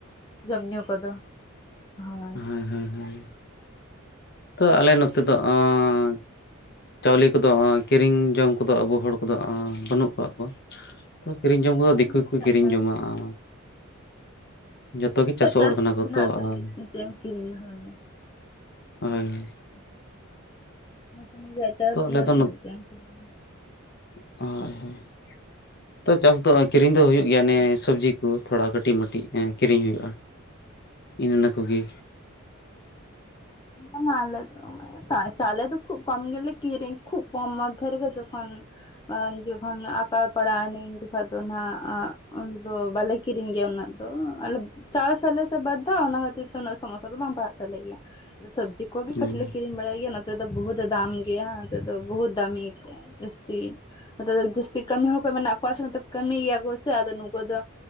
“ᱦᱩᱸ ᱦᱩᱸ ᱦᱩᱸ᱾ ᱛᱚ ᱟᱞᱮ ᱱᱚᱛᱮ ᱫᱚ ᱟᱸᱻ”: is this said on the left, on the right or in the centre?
Left